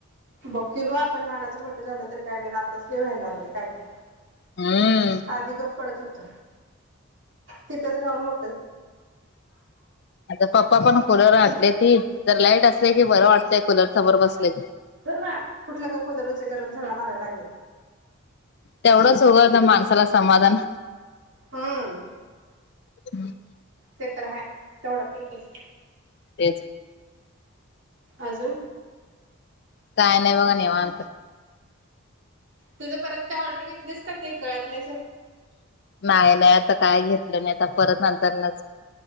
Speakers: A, on the right; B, on the left.
A: बघकी ग आपण लहानाचं म्हट्ट झालं तररी काय नाही आताच लिवायला लागलं काय काय
B: हम्म
A: आधी गप्पडच होतो. तिथंच राहून मो
B: आता पप्पा पण कुलर आणटले
A: धर
B: ती तर लाईट असली कि बरं वाटतंय कुलर समोर बस ले.
A: तर ना कुठल्या गकुलदचे गरम झाडा मारायला लागलेत.
B: तेवढंच हों होता माणसाला समाधान
A: हम्म.
B: <unintelligible>
A: ते तर रा तेवढं पुरतच.
B: तेच.
A: अजून.
B: काय नाही बघा निवांत.
A: तुझं परत काय ऑर्डर घेतलीच का ते गळ्यातल्या अशे
B: नाही नाही आता काय घेतलं नाही आता परत लग्नाचं